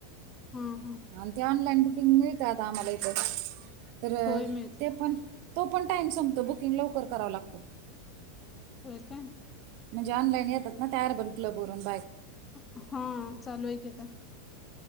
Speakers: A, on the left (about 15°); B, on the right (about 45°).
A: हं-हं.
B: हा अन् ते ऑनलाईन बुकिंग मिळतात आम्हाला इथं तर
A: होय मिळते
B: ते पण तो पण टाइम संपतो, बुकिंग लवकर करावं लागतो.
A: होय काय?
B: म्हणजे ऑनलाईन येतात, ना तयार बन क्लब भरून बायका
A: हो, चालुये कि त्या.